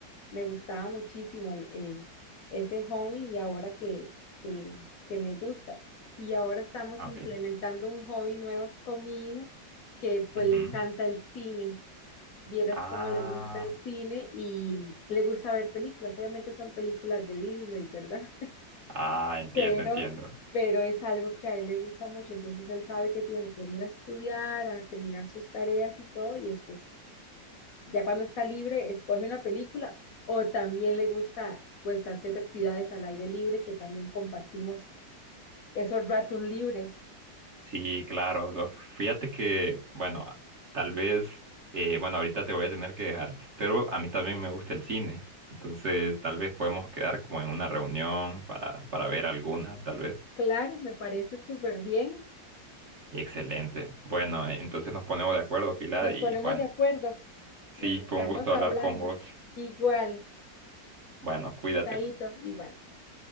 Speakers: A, on the left (about 60°); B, on the right (about 45°).
A: me gustaba muchísimo el- eh, ese hobby y ahora que, que, que me gusta. Y ahora estamos
B: Ah,
A: implementando
B: ok.
A: un hobby nuevo con mi hijo que pues
B: Ujú.
A: le encanta el cine. Vieras
B: Ah,
A: cómo le gusta el cine y le gusta ver películas. Obviamente son películas de Disney, ¿verdad?
B: ah, entiendo,
A: pero,
B: entiendo.
A: pero es algo que a él le gusta mucho, entonces él sabe que tiene que venir a estudiar, a terminar sus tareas y todo, y después, ya cuando está libre, escoge una película o también le gusta pues hacer actividades al aire libre que también compartimos esos ratos libres.
B: Sí, claro. no, Fíjate que, bueno, tal vez, eh, bueno, ahorita te voy a tener que dejar, pero a mí también me gusta el cine. Entonces, tal vez podemos quedar como en una reunión para, para ver alguna, tal vez.
A: Claro, me parece súper bien.
B: Excelente. Bueno, eh, entonces nos ponemos de acuerdo, Pilar,
A: Nos
B: y
A: ponemos
B: bueno,
A: de acuerdo,
B: sí,
A: nos estamos
B: fue un gusto
A: hablando.
B: hablar con vos.
A: Igual,
B: Bueno, cuídate.
A: Chaito, igual. chao.